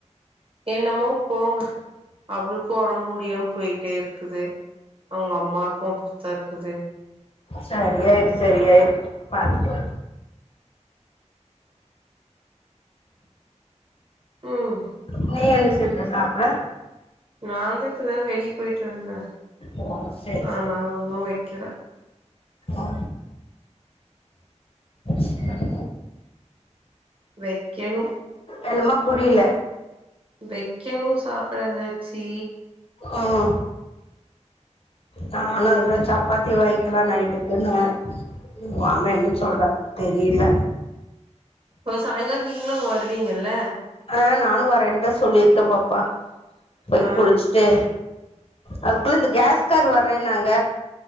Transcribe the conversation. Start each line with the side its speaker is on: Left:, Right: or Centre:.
Right: என்னமோ போங்க அவுளுக்கு ஒடம்பு முடியாம போயிட்டே இருக்குது அவுங்க அம்மாக்கு அப் தர்க்குது
Left: செரி ஆயிரு செரி ஆயிரு பாத்துக்கலா
Right: ம்
Left: நீ என்ன சொ செர் போய் சாப்றே
Right: நா தா இப்பதா வெளியே போயிட்டு வந்தே
Left: ஓ சேரி
Right: ஆனால ஒண்ணு வெக்கல
Left: ஆ சேரி
Right: வெ கேனு
Left: என்னமா புரியில
Right: வைக்கணு சாப்பிட ஏதாச்சி
Left: ம் நானு அதா சப்பாத்தி வாய்ங்கிலா நைட்டுக்குன்னே ஊ மாமெ என்ன சொல்றாருனு தெரி இல்ல
Right: ஓ சாயிங்காலோ நீங்களு அங்க வருவீங்கல்ல
Left: ஆ நானு வரேனுதா சொல்லிருக்கே பாப்பா போய்
Right: ஆ
Left: குளிச்சுட்டு அதுக்குள்ள இந்த கேஸ்கார் வறேனாங்க